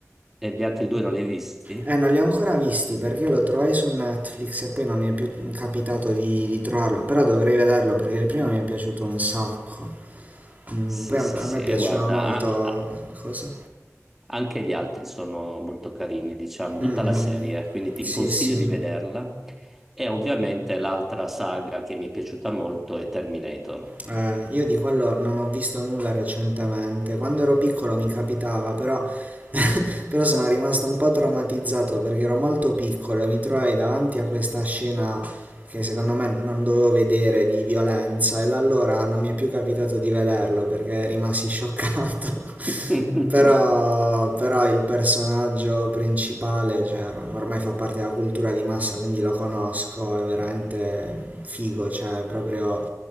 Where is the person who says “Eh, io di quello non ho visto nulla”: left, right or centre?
Right